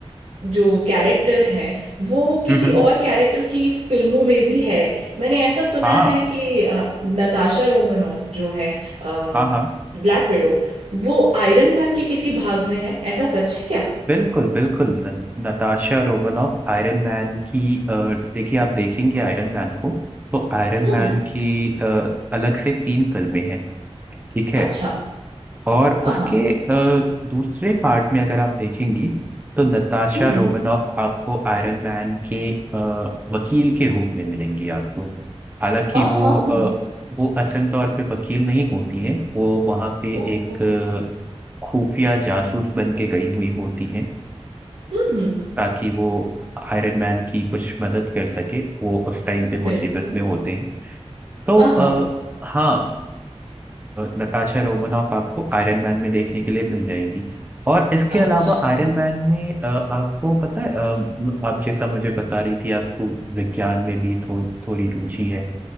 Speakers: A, on the right; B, on the right.
A: जो कैरेक्टर हैं वो किसी
B: हम्म हम्म,
A: और कैरेक्टर की फिल्मों में भी है मैंने ऐसा सुना
B: हाँ
A: है कि अ, नताशा रोमनॉफ जो है ब्लैक
B: हाँ हाँ
A: विडो वो आयरन मैन के किसी भाग में है ऐसा सच है क्या
B: बिल्कुल बिल्कुल न, नताशा रोमनॉफ आयरन मैन की अ, देखिए आप देखेंगे आयरन मैन को तो आयरन
A: हम्म
B: मैन
A: हम्म,
B: की अ, अलग से तीन फिल्में हैं ठीक है
A: अच्छा
B: और
A: हाँ
B: उसके अ, दूसरे पार्ट में अगर आप देखेंगी तो नताशा
A: हम्म
B: रोमनॉफ आपको आयरन मैन के अ, वकील के रूप में मिलेंगी आपको हालांकि
A: हाँ
B: वो अ, वो असल तौर पे वकील नहीं होती है वो वहाँ पे
A: ओह
B: एक अ, खुफिया जासूस बन के गई हुई होती है अ,
A: हम्म
B: ताकि वो आयरन मैन की कुछ मदद कर सके वो उस टाइम पे
A: बिल्कुल
B: मुसीबत में होते हैं तो
A: हाँ
B: आ, हाँ नताशा रोमानॉफ आपको आयरन मैन में देखने के लिए मिल जाएगी और इसके
A: अच्छा
B: अलावा आयरन मैन में अ, आपको पता है अ, आप जैसा मुझे बता रही थी आपको विज्ञान में भी थो, थोड़ी रुचि है